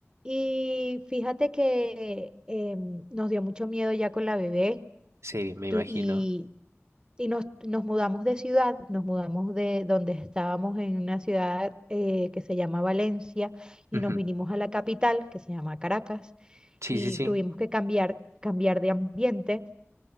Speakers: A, on the right; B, on the right.
A: Y fíjate que em, nos dio mucho miedo ya con la bebé
B: Sí, me imagino.
A: tú- y y nos, nos mudamos de ciudad, nos mudamos de donde estábamos en una ciudad eh, que se llama Valencia y
B: Ujú.
A: nos vinimos a la capital que se llama Caracas
B: Sí,
A: y
B: sí, sí.
A: tuvimos que cambiar, cambiar de ambiente